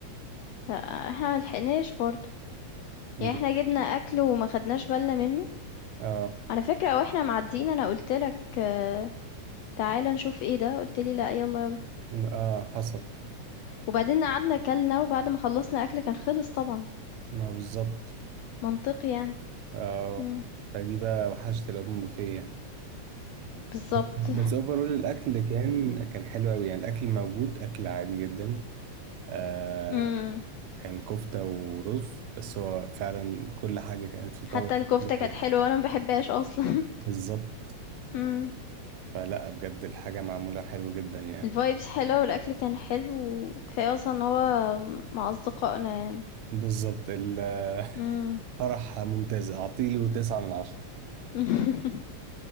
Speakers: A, on the left; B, on the right.
A: لا احنا ملحقناش برضو
B: بالظبط
A: يعني احنا جبنا اكل وما خدناش بالنا منه
B: اه
A: على فكرة واحنا معديين انا قلتلك آه، تعالى نشوف ايه ده قلتلي لا يلا يلا
B: م- اه حصل
A: وبعدين قعدنا كلنا وبعد ما خلصنا اكل كان خلص طبعا
B: ما بالظبط
A: منطقي يعني
B: اه
A: مم.
B: فدي بقى وحشت الاوبن بوفيه يعني.
A: بالظبط
B: بس اوفرول الاكل كان كان حلو قوي يعني الاكل موجود اكل عادي جدا آه
A: امم
B: كان كفتة ورز بس هو فعلا كل حاجة كانت في طبق
A: حتى الكفتة
B: كتير
A: كانت
B: أوي
A: حلوة وانا ما بحبهاش اصلا <laughs>
B: بالظبط
A: امم
B: فلا بجد الحاجة معمولة حلو جدا يعني
A: الفايبس حلوة والاكل كان حلو وكفاية اصلا ان هو مع اصدقائنا يعني
B: بالظبط الفرح
A: امم
B: <laughs> ممتاز أعطيله تسعة من عشرة
A: <laughs>